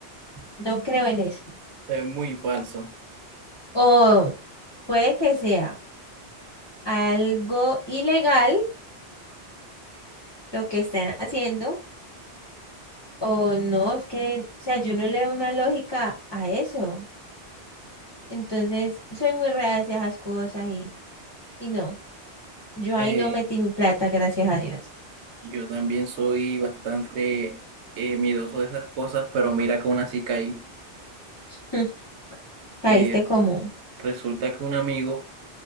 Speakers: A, on the left; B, on the right.
A: no creo en eso.
B: Es muy falso.
A: O puede que sea algo ilegal lo que están haciendo, o no, es que, o sea, yo no le veo una lógica a eso. Entonces, soy muy reacia a esas cosas y, y no. Yo
B: Eh,
A: ahí no metí mi plata, gracias a Dios.
B: yo también soy bastante eh, miedoso de esas cosas, pero mira que aún así caí.
A: <laughs> Caíste
B: Eh,
A: como...
B: resulta que un amigo